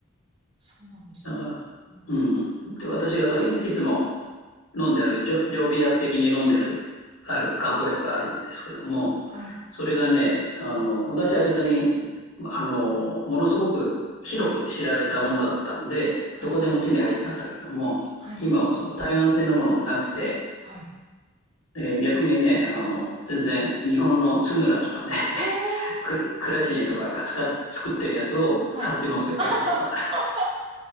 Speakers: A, on the right; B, on the left.
A: そうなんですね。
B: だから、
A: うん
B: うん。で、私がその、いつ、いつも飲んでる、常常備薬的に飲んでる、ある漢方薬があるんですけども、
A: はい、
B: それがね、あの、昔は別に、あの、ものすごく広く知られたものだったんで、
A: はい、
B: どこでも手に入ったんだけども、
A: はい、
B: 今はその台湾製のものがなくて、
A: はい。
B: で逆にね、あの、全然日本の津村とかね、
A: ええ
B: <laughs> くシエとかが使っ作ってるやつを買ってますよ、
A: はい。<laughs> あはは
B: わざわざ。